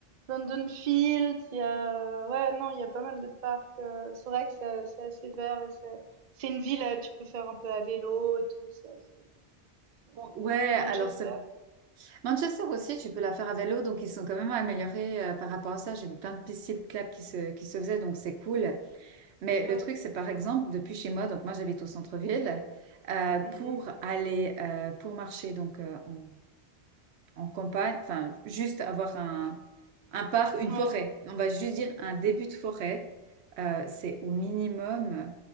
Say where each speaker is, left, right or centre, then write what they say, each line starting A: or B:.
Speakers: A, on the right; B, on the right.
A: London Field. Il y a, euh, ouais, non, il y a pas mal de parcs. euh, c'est vrai que c'est c'est assez vert et c'est c'est une ville. euh, tu peux faire un peu à vélo et tout. C'est assez, c'est assez agréable.
B: ouais,
A: Manchester.
B: alors c'est vrai. Manchester aussi, tu
A: du
B: peux
A: coup.
B: la faire à vélo, donc ils sont quand même améliorés euh, par rapport à ça. J'ai vu plein de pistes cyclables qui se, qui se faisaient, donc c'est cool. Mais le
A: Ouais.
B: truc, c'est par exemple, depuis chez moi, donc moi j'habite au centre-ville, euh, pour
A: Mhm.
B: aller, euh, pour marcher donc euh, en, en campagne, enfin juste avoir un, un parc, une
A: Ouais.
B: forêt, on va juste dire un début de forêt, euh, c'est au minimum